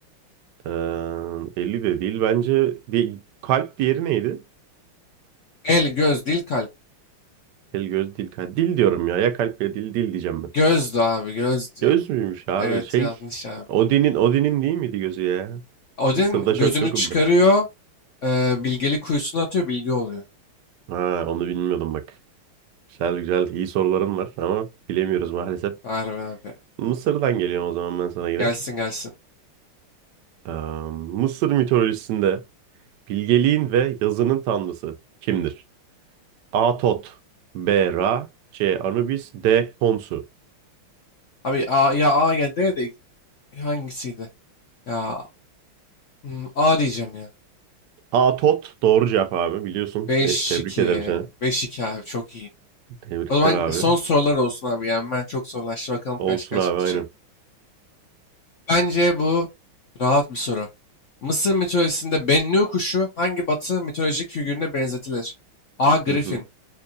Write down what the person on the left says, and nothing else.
El, göz, dil, kalp.
Gözdü abi, gözdü.
Evet
yanlış abi.
Odin
gözünü
çıkarıyor,
e, bilgeli kuyusuna atıyor, bilgi oluyor.
Harbi abi.
Gelsin gelsin.
Abi A, ya A ya D de hangisiydi? Ya hmm, A diyeceğim ya.
5-2.
5-2 abi çok iyi.
O zaman
son sorular olsun abi. Yani ben çok zorlaştı. Bakalım
kaç kaç
bitecek.
Bence bu rahat bir soru. Mısır mitolojisinde Bennu kuşu hangi batı mitolojik figürüne benzetilir? A. Griffin